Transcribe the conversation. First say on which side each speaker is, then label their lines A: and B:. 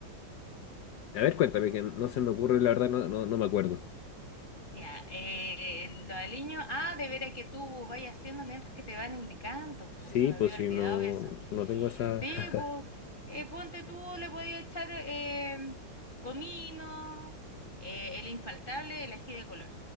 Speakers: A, on the left; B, on the left.
A: A ver, cuéntame, que no se me ocurre, la verdad, no, no, no me acuerdo.
B: Ya, eh, lo aliño. Ah, de veras que tú vayas haciendo mientras que te van indicando.
A: Sí,
B: Pues se me
A: pues
B: había
A: si
B: olvidado
A: no,
B: eso.
A: no tengo esa.
B: Sí,
A: <laughs>
B: pues, eh, ponte tú, le podías echar eh, comino, eh, el infaltable, el ají de color,